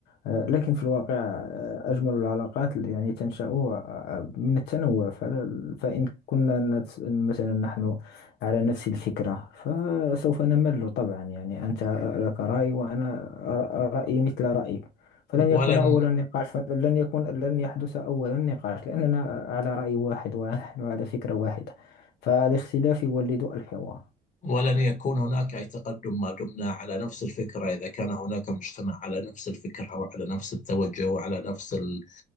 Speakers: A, on the left; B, on the left.
A: آه، لكن في الواقع آه، أجمل العلاقات اللي يعني تنشأ آه، من التنوع فل- فإن كنا نت- مثلا نحن على نفس الفكرة فسوف نمل طبعا يعني أنت لك رأي وأنا ر- رأيي مثل رأيك فلن
B: ولن
A: يكون أول النقاش لن يكون لن يحدث أول النقاش لأننا على رأي واحد ونحن على فكرة واحدة فالاختلاف يولد الحوار
B: ولن يكون هناك أي تقدم ما دمنا على نفس الفكرة إذا كان هناك مجتمع على نفس الفكرة وعلى نفس التوجه وعلى نفس ال...